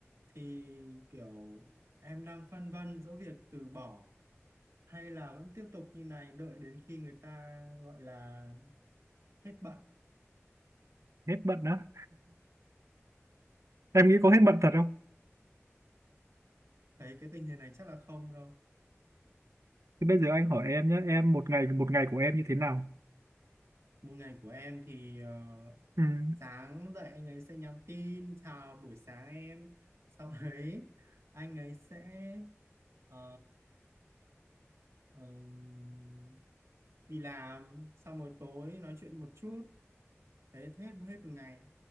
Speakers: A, on the right; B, on the right.
A: thì kiểu em đang phân vân giữa việc từ bỏ hay là vẫn tiếp tục như này đợi đến khi người ta gọi là hết bận
B: hết bận á em nghĩ có hết bận thật không
A: thấy cái tình hình này chắc là không đâu
B: thì bây giờ anh hỏi em nhé em một ngày một ngày của em như thế nào
A: một ngày của em thì ờ,
B: Ừm,
A: sáng dậy anh ấy sẽ nhắn tin chào buổi sáng em sau <laughs> đấy anh ấy sẽ ờ, ờm, đi làm sau rồi tối nói chuyện một chút đấy hết hết một ngày